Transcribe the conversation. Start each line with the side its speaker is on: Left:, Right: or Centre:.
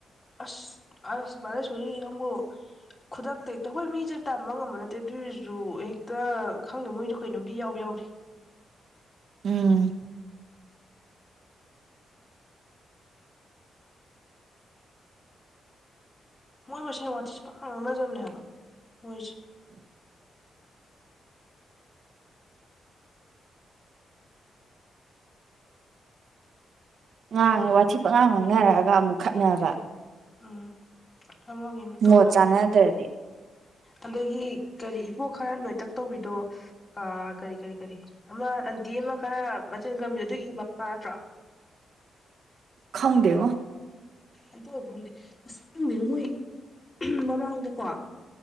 Left: ꯑꯁ ꯑꯁ ꯕꯥꯂꯦꯁꯣꯔꯤ ꯅꯪꯕꯨ ꯈꯨꯗꯛꯇ ꯍꯦꯛꯇ ꯍꯣꯏ ꯃꯤꯁꯦ ꯇꯝꯕ ꯉꯝꯕ ꯅꯠꯇꯦ ꯑꯗꯨꯏꯁꯨ ꯍꯦꯛꯇ ꯈꯪꯗꯦ ꯃꯣꯏꯁꯨ ꯀꯩꯅꯣꯝꯗꯤ ꯌꯥꯎꯕ ꯌꯥꯎꯔꯤ
Right: ꯎꯝ
Left: ꯃꯣꯏ ꯃꯁꯦꯟ ꯋꯥꯊꯤꯁꯤ ꯄꯥꯉꯥꯡ ꯉꯥꯡꯅꯖꯕꯅꯦ ꯍꯥꯏꯕ ꯃꯣꯏ
Right: ꯉꯥꯡꯉꯦ ꯋꯥꯊꯤ ꯄꯉꯥꯡ ꯉꯥꯡꯅꯔꯑꯒ ꯑꯃꯨꯛ ꯈꯠꯅꯕ
Left: ꯑꯥ ꯑꯃꯒꯤ ꯃꯇꯨꯡꯗ
Right: ꯃꯣꯠ ꯆꯥꯟꯅꯗ꯭ꯔꯗꯤ
Left: ꯑꯃ ꯑꯃ ꯑꯗꯒꯤ ꯀꯔꯤ ꯏꯕꯣ ꯈꯔ ꯅꯣꯏꯇꯛ ꯇꯧꯕꯤꯗꯣ ꯀꯔꯤ ꯀꯔꯤ ꯀꯔꯤ ꯑꯃ ꯑꯟꯇꯤ ꯑꯃ ꯈꯔ ꯃꯆꯤꯟ ꯀꯟꯕꯤꯗꯣ ꯑꯗꯨꯒꯤ ꯇꯥꯗꯔꯣ
Right: ꯈꯪꯗꯦ ꯉꯣ
Left: ꯑꯗꯨ ꯑꯣꯏꯕ ꯈꯪꯗꯦ ꯑꯁ ꯈꯪꯗꯦ ꯃꯣꯏ ꯃꯃꯥꯡꯗꯀꯣ